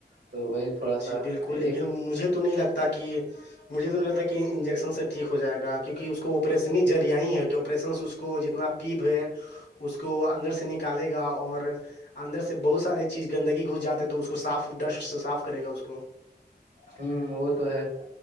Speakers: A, on the right (about 75°); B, on the left (about 85°).
A: تو وہی تھوڑا سا
B: جی بالکل لیکن
A: ایک
B: مجھے تو نہیں لگتا کہ مجھے تو نہیں لگتا کہ انجیکشن سے ٹھیک ہو جائے گا کیونکہ اس کو آپریشنی ذرییاہ ہی ہے کہ آپریشنس اس کو جتنا پیب ہے اس کو اندر سے نکالے گا اور اندر سے بہت سارے چیز گندگی گھس جاتے تو اس کو صاف ڈسٹ سے صاف کرے گا اس کو
A: ہوں وہ تو ہے